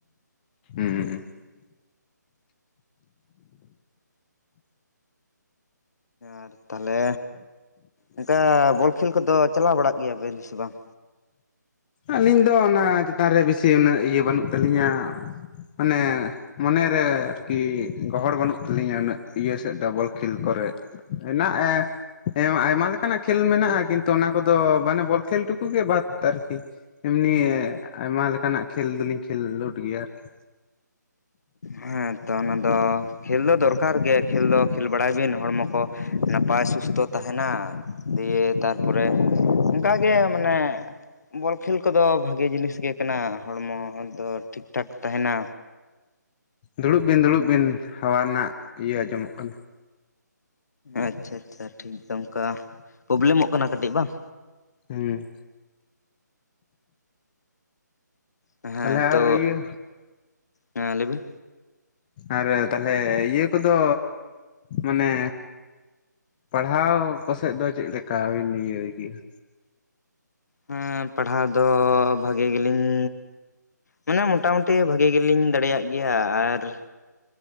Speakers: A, on the left; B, on the left.
A: ᱦᱩᱸᱢ ᱾
B: ᱟᱨ ᱛᱟᱦᱚᱞᱮ ᱚᱱᱠᱟ ᱵᱚᱞ ᱠᱷᱮᱞ ᱠᱚᱫᱚ ᱪᱟᱞᱟᱣ ᱵᱟᱲᱟᱜ ᱜᱮᱭᱟᱵᱮᱱ ᱥᱮ ᱵᱟᱝ?
A: ᱟᱹᱞᱤᱧ ᱫᱚ ᱚᱱᱟ ᱪᱮᱛᱟᱱ ᱨᱮ ᱵᱮᱥᱤ ᱩᱱᱟᱹᱜ ᱤᱭᱟᱹ ᱵᱟᱹᱱᱩᱜ ᱛᱟᱹᱟᱞᱤᱧᱟ ᱢᱟᱱᱮᱼᱼ ᱢᱚᱱᱮᱨᱮ ᱟᱨᱠᱤ ᱜᱚᱦᱚᱲ ᱵᱟᱹᱱᱩᱜ ᱛᱟᱹᱞᱤᱧᱟ ᱩᱱᱟᱹᱜ ᱤᱭᱟᱹ ᱥᱮᱫ ᱫᱚ ᱵᱚᱞ ᱠᱷᱮᱞ ᱠᱚᱨᱮ ᱾ ᱦᱮᱱᱟᱜ ᱮᱸ ᱦᱮᱸ ᱟᱭᱢᱟ ᱞᱮᱠᱟᱱᱟᱜ ᱠᱷᱮᱞ ᱢᱮᱱᱟᱜ-ᱟ ᱠᱤᱱᱛᱩ ᱚᱱᱟ ᱠᱚᱫᱚ ᱢᱟᱱᱮ ᱵᱚᱞ ᱠᱷᱮᱞ ᱴᱩᱠᱩ ᱜᱮ ᱵᱟᱫ ᱟᱨᱠᱤ ᱮᱢᱱᱤ ᱟᱭᱢᱟ ᱞᱮᱠᱟᱱᱟᱜ ᱠᱷᱮᱞ ᱫᱚᱞᱤᱧ ᱠᱷᱮᱞᱞᱳᱰ ᱜᱮᱭᱟ ᱟᱨᱠᱤ
B: ᱦᱮᱸ ᱛᱚ ᱚᱱᱟ ᱫᱚ ᱠᱷᱮᱞ ᱫᱚ ᱫᱚᱨᱠᱟᱨ ᱜᱮ ᱠᱷᱮᱞ ᱫᱚ ᱠᱷᱮᱞ ᱵᱟᱲᱟᱭᱵᱤᱱ ᱦᱚᱲᱢᱚ ᱠᱚ ᱱᱟᱯᱟᱭ ᱥᱩᱥᱛᱷᱚ ᱛᱟᱦᱮᱱᱟ ᱫᱤᱭᱮ ᱛᱟᱨᱯᱚᱨᱮ ᱚᱱᱠᱟᱜᱮ ᱢᱟᱱᱮ ᱵᱚᱞ ᱠᱷᱮᱞ ᱠᱚᱫᱚ ᱵᱷᱟᱜᱮ ᱡᱤᱱᱤᱥ ᱜᱮ ᱠᱟᱱᱟ ᱦᱚᱲᱢᱚ ᱫᱚ ᱴᱷᱤᱠ ᱴᱷᱟᱠ ᱛᱟᱦᱮᱱᱟ
A: ᱫᱩᱲᱩᱵ ᱵᱤᱱ ᱫᱩᱲᱩᱵ ᱵᱤᱱ ᱦᱟᱣᱟ ᱨᱮᱱᱟᱜ ᱤᱭᱟᱹ ᱟᱸᱡᱚᱢᱚᱜ ᱠᱟᱱᱟ
B: ᱟᱪᱪᱷᱟ ᱟᱪᱪᱷᱟ ᱴᱷᱤᱠ ᱫᱚ ᱚᱱᱠᱟ ᱯᱨᱚᱵᱞᱮᱢᱚᱜ ᱠᱟᱱᱟ ᱠᱟᱹᱴᱤᱡ ᱵᱟᱝ
A: ᱦᱩᱸ
B: ᱦᱮᱸ
A: ᱛᱟᱦᱚᱞᱮ
B: ᱛᱚ
A: ᱟᱨ ᱤᱭᱟᱹ
B: ᱦᱮᱸ ᱞᱟᱹᱭᱵᱤᱱ
A: ᱟᱨ ᱛᱟᱦᱚᱞᱮ ᱤᱭᱟᱹ ᱠᱚᱫᱚ ᱢᱟᱱᱮ ᱯᱟᱲᱦᱟᱣ ᱠᱚ ᱥᱮᱫ ᱫᱚ ᱪᱮᱫ ᱞᱮᱠᱟ ᱵᱤᱱ ᱤᱭᱟᱹᱭ ᱜᱮᱭᱟ?
B: ᱦᱮᱸ ᱯᱟᱲᱦᱟᱣ ᱫᱚ ᱵᱷᱟᱜᱮ ᱜᱮᱞᱤᱧᱼᱼ ᱢᱟᱱᱮ ᱢᱚᱴᱟᱢᱩᱴᱤ ᱵᱷᱟᱜᱤ ᱜᱮᱞᱤᱧ ᱫᱟᱲᱮᱭᱟᱜ ᱜᱮᱭᱟ ᱟᱨ ᱼᱼ